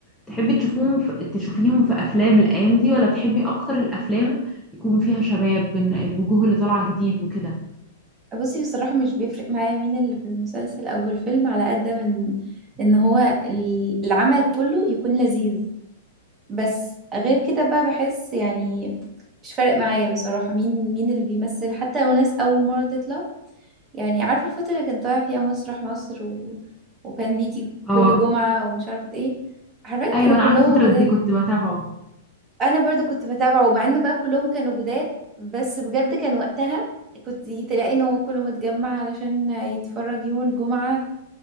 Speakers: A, in the centre; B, on the right.
A: تحبي تشوفوهم في تشوفيهم في أفلام الأيام دي ولا بتحبي أكتر الأفلام يكون فيها شباب بين الوجوه اللي طالعة جديد وكده
B: بصي بصراحة مش بيفرق معايا مين اللي في المسلسل أو في الفيلم على قد من إن هو ال- العمل كله يكون لذيذ بس غير كده بقى بحس يعني مش فارق معايا بصراحة مين مين اللي بيمثل حتى لو ناس أول مرة تطلع يعني عارفة الفترة اللي كان طالع فيها مسرح مصر و... وكان بيجي
A: اه
B: كل جمعة ومش عارفة إيه حرفيا
A: أيوة
B: كانوا
A: أنا
B: كلهم
A: عارفة الفترة
B: جداد
A: دي كنت بتابعه
B: انا برضو كنت بتابعه مع انه بقى كلهم كانوا جداد بس بجد كان وقتها كنت تلاقي ان هو كله متجمع علشان يتفرج يوم الجمعة